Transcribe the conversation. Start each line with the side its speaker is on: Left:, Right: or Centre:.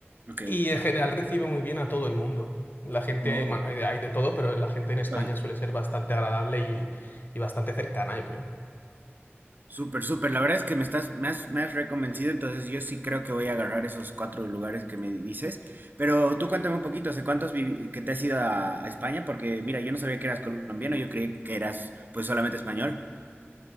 Right: Ok,
Left: y en general recibe muy bien a todo el mundo. La gente,
Right: no,
Left: bueno, hay de, hay de todo, pero la gente en España
Right: lógico.
Left: suele ser bastante agradable y, y bastante cercana, yo creo.
Right: Súper, súper, la verdad es que me estás, me has, me has reconvencido, entonces yo sí creo que voy a agarrar esos cuatro lugares que me dices. Pero tú cuéntame un poquito, ¿hace cuántos vivi- que te has ido a, a España? Porque mira, yo no sabía que eras colombiano, yo creí que eras pues solamente español.